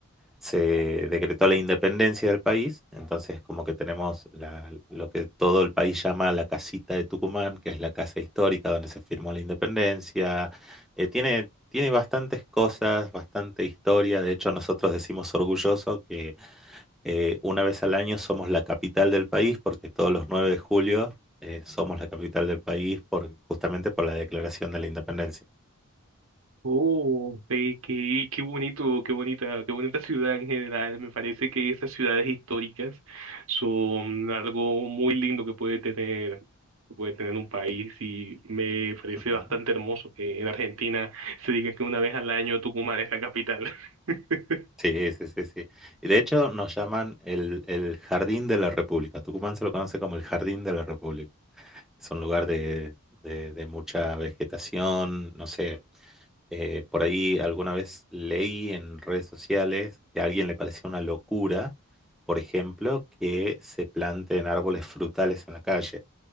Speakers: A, in the centre; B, on the right.
A: se decretó la independencia del país, entonces como que tenemos la- lo que todo el país llama la casita de Tucumán, que es la casa histórica donde se firmó la independencia. Eh, tiene, tiene bastantes cosas, bastante historia, de hecho nosotros decimos orgulloso que eh, una vez al año somos la capital del país porque todos los 9 de julio eh, somos la capital del país por, justamente por la declaración de la independencia.
B: Oh, ve qué, qué bonito, qué bonita, qué bonita <laughs> ciudad en general. Me parece que estas ciudades históricas son algo muy lindo que puede tener, que puede tener un país y me parece
A: Ujú.
B: bastante hermoso que en Argentina se diga que una vez al año Tucumán es la capital. <laughs>
A: Sí, sí, sí, sí. Y de hecho nos llaman el, el Jardín de la República. Tucumán se lo conoce como el Jardín de la República. Es un lugar de, de- de mucha vegetación, no sé. eh, por ahí alguna vez leí en redes sociales que a alguien le parecía una locura, por ejemplo, que se planten árboles frutales en la calle.